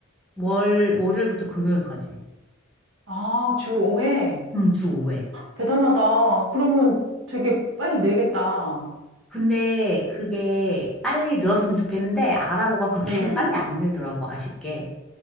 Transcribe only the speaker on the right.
아, 주 5회.
대단하다. 그러면 되게 빨리 늘겠다.
음,